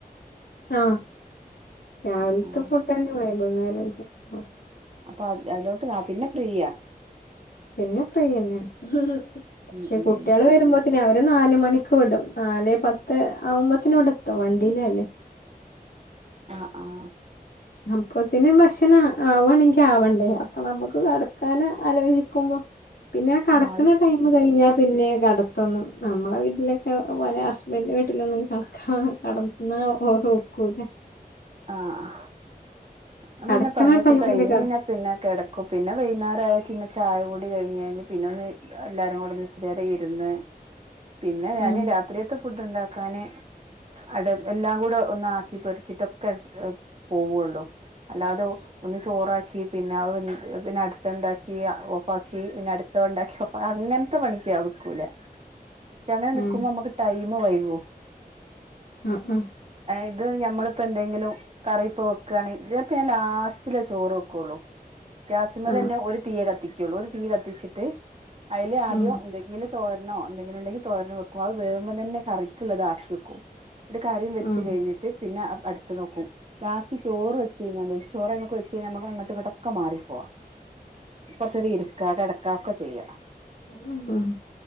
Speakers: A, on the left (about 80°); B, on the right (about 40°).
A: ആ രാവിലത്ത
B: ആ ആ
A: ഫുഡന്നെ വൈ കുന്നേരം ചെലപ്പോ
B: അപ്പ അത് അതിലോട്ട് പിന്നെ ഫ്രീയ
A: പിന്നെ ഫ്രീയെന്നെണ് പക്ഷെ
B: ഉം ഉം
A: കുട്ടികള് വരുമ്പോ ത്തിന് അവരെ നാല് മണിക്ക് വിടും നാലെ പത്ത് ആവുമ്പോത്തിന് ഇടെ എത്തും വണ്ടിലല്ലേ
B: ആഹ് ആഹ്
A: അപ്പത്തിന് ഭക്ഷണം ആവാണെങ്കി ആവണ്ടേ അപ്പൊ നമക്ക് കടക്കാന് ആലോചിക്കുമ്പോ പിന്നെ കടക്കണ
B: ആ
A: ടൈം കഴിഞ്ഞാ പിന്നെ കെടത്തൊന്നും നമ്മളെ വീട്ടിലൊക്കെ പോലെ ഹാസ്ബൻഡ് വീട്ടിലൊന്നും കടക്കാ കടന്ന ഒക്കൂല
B: ആഹ് ഞാൻ
A: കടക്കണ
B: പിന്നെ പണിയൊക്കെ
A: ടൈമില്
B: കഴിഞ്ഞ്ഴിഞാ
A: കട
B: പിന്നെ കെടക്കും പിന്നെ വൈകുന്നാരായ ചായ കൂടി കഴിഞഴിഞ് പിന്നെന്ന് എല്ലാരും കൂടെ നിസ് രറി ഇരുന്ന് പിന്നെ ഞാൻ
A: ഉം
B: രാത്രിയത്ത് ഫുഡ് ഉണ്ടാ ക്കാന് അട് എല്ലാം കൂടെ ഒന്നാക്കി പെറക്കിട്ട ക്കെ പോവുള്ളൂ അല്ലാതെ ഒന്ന് ചോറാക്കി പിന്നെ അഹ് വെന്ത് പിന്നെ അടുത്ത ണ്ടാക്കി ഓഫാക്കി പിന്നെ അടുത്ത ണ്ടാക്കി ഓഫാ അങ്ങനെ പത്ത് മണിക്ക് ഞാ വക്കൂല ഷെ അങ്ങനെ നിൽക്കുമ്പോ
A: ഉം
B: നമക്ക് ടൈം വൈകോ
A: ആഹ് ആഹ്
B: ഇത് ഞമ്മള് പ്പ എന്തെങ്കിലും കറിപ്പ വെക്കണെ ഇതിലൊക്കെ ഞാൻ ലാസ്റ്റിലെ ചോറ് വെക്കുള്ളൂ ഗ്യാസ്മലെന്നെ
A: ആഹ്
B: ഒരു തീയെ കത്തി കുള്ളൂ ഒരു തീ കത്തിച്ചിട്ട് അയില് ആദ്യം
A: ആഹ്
B: എന്തെങ്കിലും തോര ണോ എന്തെങ്കിലുണ്ടങ്കി തോരനോ വെക്കും അത് വേവുമ്പോം തന്നെ കറിക്കുള്ളത് ആക്കി വെക്കും. ന്ന്ട്ട് കറി വെച്ച്
A: ആഹ്
B: കഴിഞ്ഞിട്ട് പിന്നെ അടുത്ത് നോക്കും ലാസ്റ്റ് ചോറ് വെചെഴിഞാല് ഷെ ചോറ് അയ്മക്ക് വെച്ചഴിഞ്ഞാ ഞമ്മൾ അങ്ങട്ട് ഇങ്ങോട്ടൊക്കെ മാറിപ്പോവാം. കോർചേരം ഇരിക്ക കെട ഒക്കെ ചെയ്യാ
A: ആഹ് ആഹ്